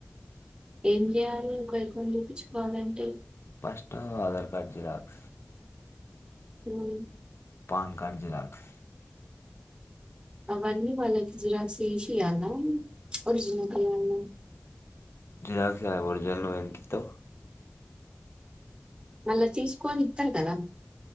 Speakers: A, on the right (about 20°); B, on the left (about 65°).
A: ఏం చేయాలే ఒక అకౌంట్ తిపించుకోవాలంటే
B: ఫస్ట్ ఆధార్ కార్డు జిరాక్స్
A: హ్మ్
B: పాన్ కార్డు జీరాక్స్
A: అవన్నీ వాళ్ళకి జీరాక్స్ తేసి ఇయ్యాల ఒరిజినల్ ఇయ్యాల
B: జీరాక్స్ ఇయ్యాల ఒరిజినల్ నువ్వు ఎందుకు ఇస్తావ్
A: మళ్ళా తీసుకొని ఇస్తారు కదా